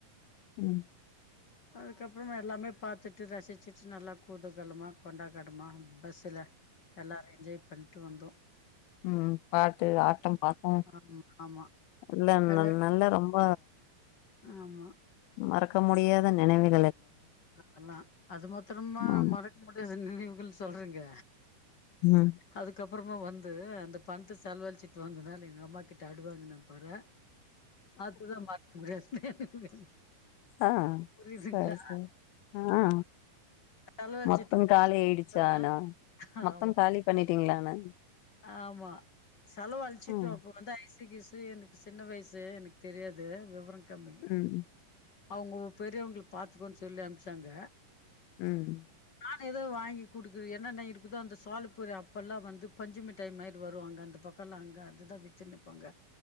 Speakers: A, on the left; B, on the left.
A: ம்
B: அதுக்கப்பறோ நா எல்லாமே பாத்துட்டு ரசிச்சுட்டு நல்ல குதுக்கலமா கொண்டா கடமா பஸ்ஸுல எல்லாரு என்ஜாய் பண்ட்டு வந்தோ
A: ம் பாட்டு ஆட்டம் பாட்டம்
B: ஆமா ஆமா
A: இல்லல்
B: எல்லா
A: நல் நல்ல ரொம்ப
B: ஆமா
A: மறக்க முடியாத நெனைவில்
B: <inaudible> அது மாத்திரமா
A: ஆமா
B: மறக்க முடியாது நினைவுகள் சொல்றீங்க
A: ம்
B: அதுக்கப்பறமா வந்து அந்த பண்த்த செலவலிச்சிட்டு வந்ததுனால எங்க அம்மாக்கிட்ட அடுவாங்குன பாறே அதுல்லா மறக்க முடியாது
A: ஆ
B: புரியுதுங்களா
A: சரி சரி ஆ
B: செலவழிச்சிட்டு
A: மொத்தம் காலி ஆயிடுச்சி
B: வந்தா
A: ஆனா மொத்தம்
B: ஆமா
A: காலி பண்ணிட்டீங்களா ஆனா
B: ஆமா செலவு அழிச்சுட்டோ
A: ம்
B: அப்ப வந்து ஐசு கிசு எனக்கு சின்ன வயசு எனக்கு தெரியாது விவரம் கம்மி
A: ம்
B: அவங்கோ பெரியவங்கள பாத்துக்கோன்னு சொல்லி அனுப்ச்சாங்க
A: ம்
B: நா ஏதோ வாங்கி குடுக்குற என்னென்ன இருக்குதோ அந்த சோளபொறி அப்பெல்லா வந்து பஞ்சுமிட்டாய் மாரி வரு அங்க அந்த பக்கல்லா அங்க அதுதா வித்துனுப்பாங்க